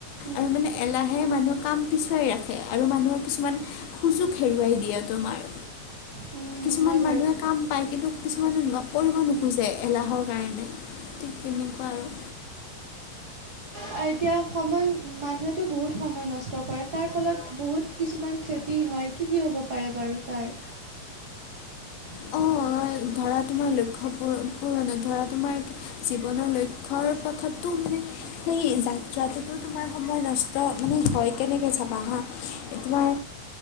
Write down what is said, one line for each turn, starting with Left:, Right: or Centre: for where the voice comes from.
Right: উম,
Left: আৰু মানে এলাহে মানুহৰ কাম পিছুৱাই ৰাখে আৰু মানুহৰ কিছুমান সুযোগ হেৰুৱাই দিয়ে তোমাৰ।
Right: উম
Left: কিছুমান
Right: হয়
Left: মানুহে
Right: বাৰু
Left: কাম পাই কিন্তু কিছুমানে কৰিব নোখোজে, এলাহৰ কাৰণে ঠিক তেনেকুৱা আৰু।
Right: আৰু এতিয়া সময় মানুহে তো বহুত সময় নষ্ট কৰে তাৰ ফলত বহুত কিছুমান ক্ষতি হয়, কি কি হ'ব পাৰে বাৰু তাৰ। <inaudible>
Left: অঁ ধৰা তোমাৰ লক্ষ্য প পূৰণ ধৰা তোমাৰ জীৱনৰ লক্ষ্যৰ পথততো মানে সেই যাত্ৰাটোতো তোমাৰ সময় নষ্ট মানে হয় কেনেকে চাবা হা তোমাৰ